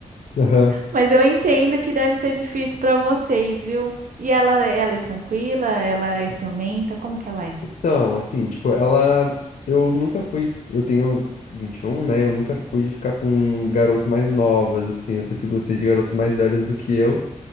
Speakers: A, on the left; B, on the right.
A: Aham.
B: Mas eu entendo que deve ser difícil para vocês, viu? E ela, ela é tranquila? Ela é ciumenta? Como que ela é?
A: Então, assim, tipo, ela. Eu nunca fui. Eu tenho 21, né? Eu nunca fui de ficar com garotas mais novas, assim. Eu sempre gostei de garotas mais velhas do que eu.